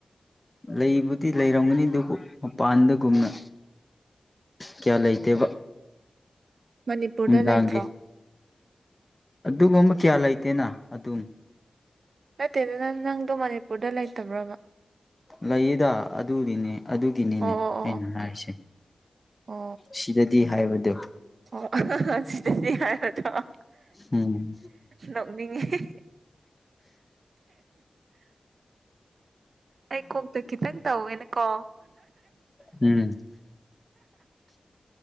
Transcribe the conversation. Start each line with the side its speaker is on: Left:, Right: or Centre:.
Left: ꯂꯩꯕꯨꯗꯤ ꯂꯩꯔꯝꯒꯅꯤ ꯑꯗꯨꯕꯨ ꯃꯄꯥꯟꯗꯒꯨꯝꯅ ꯀꯌꯥ ꯂꯩꯇꯦꯕ
Right: ꯃꯅꯤꯄꯨꯔꯗ
Left: ꯅꯨꯡꯗꯥꯡꯒꯤ
Right: ꯂꯩꯇ꯭ꯔꯣ
Left: ꯑꯗꯨꯒꯨꯝꯕ ꯀꯌꯥ ꯂꯩꯇꯦꯅ ꯑꯗꯨꯝ
Right: ꯅꯠꯇꯦꯗ ꯅꯪ ꯅꯪꯗꯣ ꯃꯅꯤꯄꯨꯔꯗ ꯂꯩꯇꯕ꯭ꯔꯕ
Left: ꯂꯩꯌꯦꯗ ꯑꯗꯨꯒꯤꯅꯤ ꯑꯗꯨꯒꯤꯅꯤꯅꯦ
Right: ꯑꯣ ꯑꯣ ꯑꯣ
Left: ꯑꯩꯅ ꯍꯥꯏꯔꯤꯁꯦ
Right: ꯑꯣ
Left: ꯁꯤꯗꯗꯤ ꯍꯥꯏꯕꯗꯣ
Right: ꯑꯣ ꯁꯤꯗꯗꯤ ꯍꯥꯏꯕꯗꫭ
Left: ꯎꯝ
Right: ꯅꯣꯛꯅꯤꯡꯉꯤ ꯑꯩ ꯀꯣꯛꯇ ꯈꯤꯇꯪ ꯇꯧꯋꯦꯅꯀꯣ
Left: ꯎꯝ